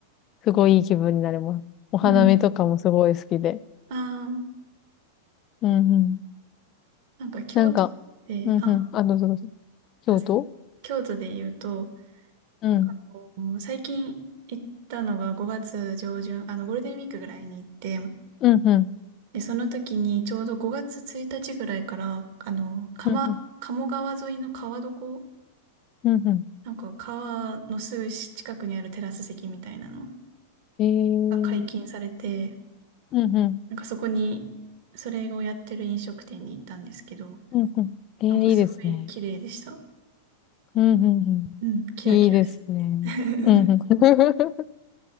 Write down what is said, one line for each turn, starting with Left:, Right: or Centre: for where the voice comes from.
Left: う。すごいいい気分になります。お花見とかもすごい好きで。
Right: うん。ああ、
Left: うんうん。
Right: なんか京都で、
Left: なんか、うんうん。
Right: あ、
Left: あ、どうぞどうぞ。京都
Right: あ、すいません。京都で言うと、
Left: うん。
Right: あの最近行ったのが5月上旬、あの、ゴールデンウィークぐらいに行って、
Left: うんうん。
Right: で、その時にちょうど5月1日ぐらいから、あの、鎌、
Left: うんうん。
Right: 鴨川沿いの川床、
Left: うんう
Right: なんか川のすぐ近くにあるテラス席みたいなの
Left: ん。えー。
Right: が解禁されて、
Left: うんうん。
Right: なんかそこに、それをやってる飲食店に行ったんですけど、
Left: うんうん。えー、
Right: なんかすごい綺麗でした。
Left: いいですね。うんうんう
Right: うん、キラキラしてて。
Left: ん。いいですね。
Right: <laughs>
Left: うんうん。<laughs>